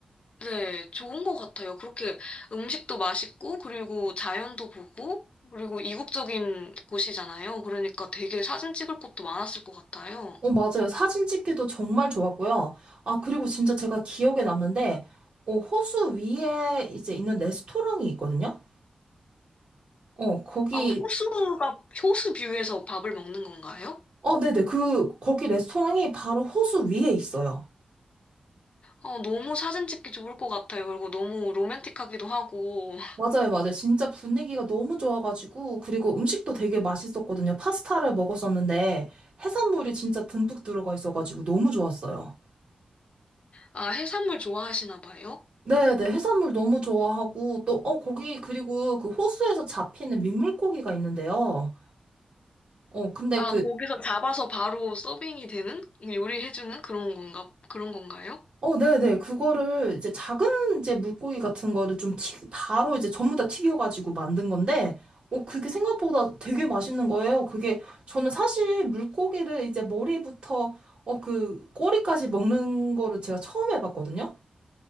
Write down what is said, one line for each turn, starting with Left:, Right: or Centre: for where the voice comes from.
Left: 네, 좋은 것 같아요. 그렇게 음식도 맛있고, 그리고 자연도 보고, 그리고 이국적인 곳이잖아요. 그러니까 되게 사진 찍을 곳도 많았을 것 같아요.
Right: 어, 맞아요. 사진 찍기도 정말 좋았고요. 아, 그리고 진짜 제가 기억에 남는데 어, 호수 위에 이제 있는 레스토랑이 있거든요. 어, 거기,
Left: 아, 호수가, 호수 뷰에서 밥을 먹는 건가요?
Right: 어, 네네. 그, 거기 레스토랑이 바로 호수 위에 있어요.
Left: 어, 너무 사진 찍기 좋을 것 같아요. 그리고 너무 로맨틱하기도 하고.
Right: 맞아요, 맞아요. 진짜 분위기가 너무 좋아가지고, 그리고 음식도 되게 맛있었거든요. 파스타를 먹었었는데, 해산물이 진짜 듬뿍 들어가 있어가지고 너무 좋았어요.
Left: 아, 해산물 좋아하시나 봐요?
Right: 네네. 해산물 너무 좋아하고, 또, 어, 거기, 그리고 그 호수에서 잡히는 민물고기가 있는데요. 어, 근데
Left: 아,
Right: 그
Left: 거기서 잡아서 바로 서빙이 되는? 요리해주는 그런 건가, 그런 건가요?
Right: 어, 네네. 그거를 이제 작은 이제 물고기 같은 거를 좀 튀, 바로 이제 전부 다 튀겨가지고 만든 건데, 어, 그게 생각보다 되게 맛있는 거예요. 그게, 저는 사실 물고기를 이제 머리부터, 어, 그, 꼬리까지 먹는 거를 제가 처음 해봤거든요.